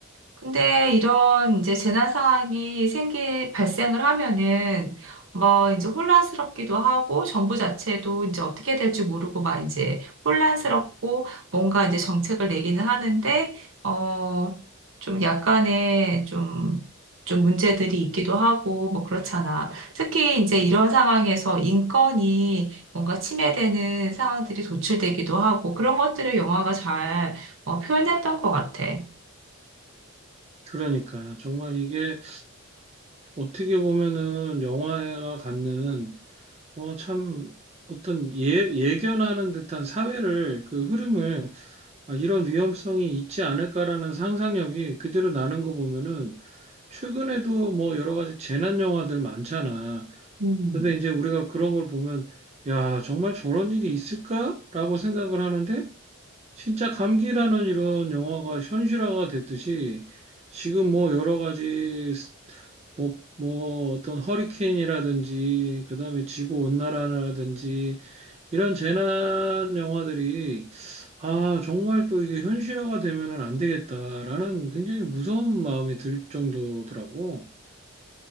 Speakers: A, on the right; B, on the right.
A: 근데 이런 이제 재난 상황이 생기, 발생을 하면은 뭐 이제 혼란스럽기도 하고 정부 자체도 이제 어떻게 될지 모르고 막 이제 혼란스럽고 뭔가 이제 정책을 내기는 하는데 어, 좀 약간의 좀, 좀 문제들이 있기도 하고 뭐 그렇잖아. 특히 이제 이런 상황에서 인권이 뭔가 침해되는 상황들이 도출되기도 하고 그런 것들을 영화가 잘 어, 표현했던 것 같아.
B: 그러니까 정말 이게 어떻게 보면은 영화가 갖는 어, 참 어떤 예, 예견하는 듯한 사회를 그 흐름을 아, 이런 위험성이 있지 않을까라는 상상력이 그대로 나는 거 보면은 최근에도 뭐 여러 가지 재난 영화들 많잖아.
A: 음.
B: 근데 이제 우리가 그런 걸 보면 야, 정말 저런 일이 있을까라고 생각을 하는데 진짜 감기라는 이런 영화가 현실화가 됐듯이 지금 뭐 여러 가지 스- 뭐, 뭐 어떤 허리케인이라든지 그다음에 지구 온난화라든지 이런 재난 영화들이 아, 정말 또 이게 현실화가 되면은 안 되겠다라는 굉장히 무서운 마음이 들 정도더라고.